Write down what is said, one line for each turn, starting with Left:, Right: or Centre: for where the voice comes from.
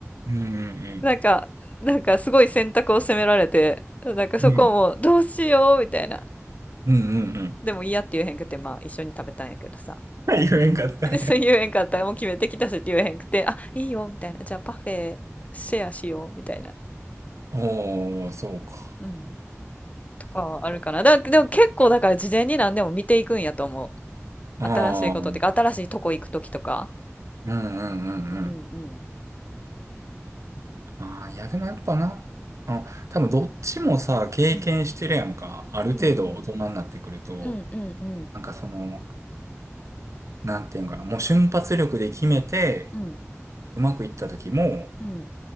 Right: うんうんうん。
Left: なんか、なんかすごい選択を責められて、なんかそこもどうしようみたいな。
Right: うんうんうん。うん
Left: でも嫌って言えへんくて、まあ一緒に食べたんやけどさ。
Right: <laughs> 言えんかったんや。
Left: <laughs> でそう言えへんかったらもう決めてきたしって言えへんくて、あ、いいよみたいな。じゃあパフェシェアしようみたいな。
Right: おー、そうか。
Left: うん。とかはあるかな。だ、でも結構だから事前に何でも見ていくんやと思う。
Right: ああ、
Left: 新しいことってか、
Right: うん
Left: 新しいとこ行くときとか。
Right: うんうんうん。
Left: うんうんうん。
Right: ああ、いや、でもやっぱな、あ、多分どっちもさ、経験してるやんか。
Left: うん
Right: ある程度大人になってくると、
Left: うんうん。うんうんうん
Right: なんかその、なんていうんかな、もう瞬発力で決めて、
Left: うん
Right: うまくいった時も、
Left: うん